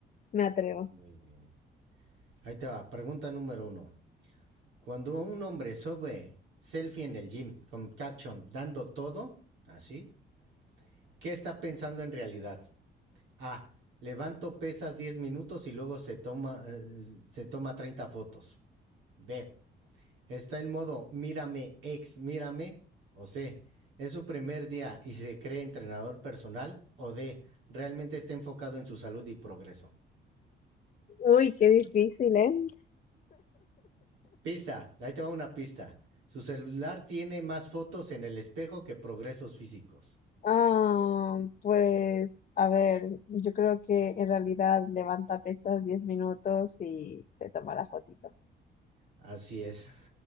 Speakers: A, on the left; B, on the right.
A: me atrevo.
B: Muy bien. Ahí te va, pregunta número uno. Cuando un hombre sube selfie en el gym con caption dando todo, así, ¿qué está pensando en realidad? A. Levanto pesas 10 minutos y luego se toma, eh, se toma 30 fotos. B. Está el modo mírame, ex mírame, o C, es su primer día y se cree entrenador personal, o D, realmente está enfocado en su salud y progreso.
A: Uy, qué difícil, ¿eh?
B: Pista, ahí te va una pista. Su celular tiene más fotos en el espejo que progresos físicos.
A: Ah, pues a ver, yo creo que en realidad levanta pesas 10 minutos y se toma la fotito.
B: Así es.